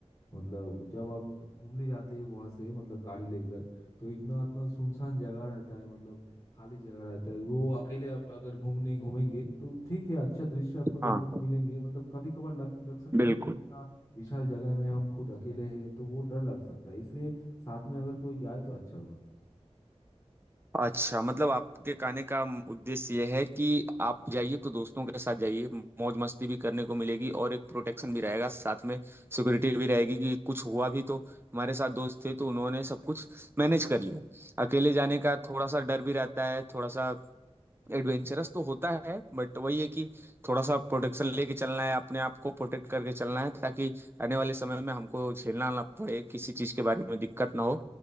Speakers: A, on the left; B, on the right.
A: मतलब जब आप घूमने जाते हैं वहाँ से मतलब गाड़ी लेकर तो इतना इतना सुनसान जगह रहता है मतलब खाली जगह रहता है वो अकेले आप अगर घूमने घूमेंगे तो ठीक है अच्छा दृश्य आपको
B: हाँ
A: देखने को मिलेंगे मतलब कभी कभार लग लग सकता
B: बिल्कुल
A: है कि इतना विशाल जगह में हम खुद अकेले हैं तो वो डर लग सकता है इसलिए साथ में अगर कोई जाए तो अच्छा होगा
B: अच्छा मतलब आपके कहने का उद्देश्य यह है कि आप जाइए तो दोस्तों के साथ जाइए मौज मस्ती भी करने को मिलेगी और एक प्रोटेक्शन भी रहेगा साथ में सिक्योरिटी भी रहेगी कि कुछ हुआ भी तो हमारे साथ दोस्त थे तो उन्होंने सब कुछ मैनेज कर लिया अकेले जाने का थोड़ा सा डर भी रहता है थोड़ा सा एडवेंचरस तो होता है बट वही है कि थोड़ा सा प्रोटेक्शन लेके चलना है अपने आप को प्रोटेक्ट करके चलना है ताकि आने वाले समय में हमको झेलना ना पड़े किसी चीज़ के बारे में दिक्कत ना हो